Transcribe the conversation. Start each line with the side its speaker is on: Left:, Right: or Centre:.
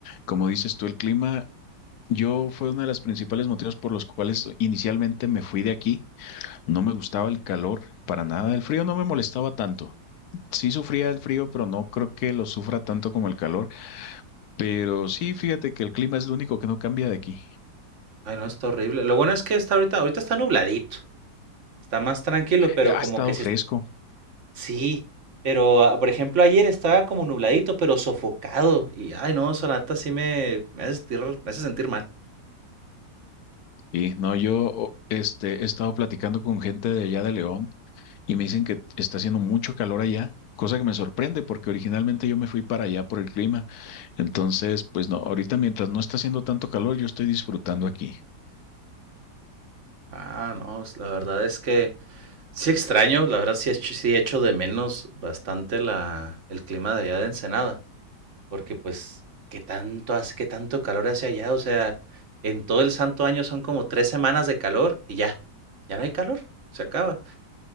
Left: Como dices tú, el clima, yo fue uno de los principales motivos por los cuales inicialmente me fui de aquí. No me gustaba el calor para nada, el frío no me molestaba tanto. Sí sufría el frío, pero no creo que lo sufra tanto como el calor. Pero sí, fíjate que el clima es lo único que no cambia de aquí.
Right: Ay, no, está horrible. Lo bueno es que está ahorita, ahorita está nubladito. Está más tranquilo, pero
Left: Eh, Ha
Right: como
Left: estado
Right: que sí,
Left: fresco
Right: sí. Pero, ah, por ejemplo, ayer estaba como nubladito, pero sofocado. Y, ay, no, Sonata sí me, me hace sentir, me hace sentir mal.
Left: y no, yo o- este, he estado platicando con gente de allá de León y me dicen que está haciendo mucho calor allá, cosa que me sorprende porque originalmente yo me fui para allá por el clima. Entonces, pues no, ahorita mientras no está haciendo tanto calor, yo estoy disfrutando aquí.
Right: Ah, no, pues, la verdad es que sí extraño, la verdad sí, echo- sí echo de menos bastante la, el clima de allá de Ensenada, porque pues, ¿qué tanto hace, qué tanto calor hace allá? O sea, en todo el santo año son como tres semanas de calor y ya, ya no hay calor, se acaba,